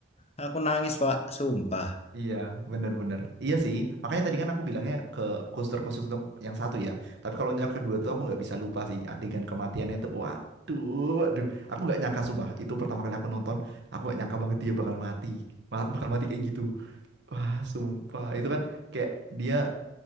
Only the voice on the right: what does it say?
Iya, benar-benar. Iya sih, makanya tadi kan aku bilangnya ke khusus terkhusus untuk yang satu ya. Tapi kalau yang kedua tuh aku nggak bisa lupa sih adegan kematiannya itu. Waduh, waduh. Aku nggak nyangka sumpah. Itu pertama kali aku nonton, aku nggak nyangka banget dia bakal mati, Ma- bakal mati kayak gitu. Wah, sumpah. Itu kan kayak dia.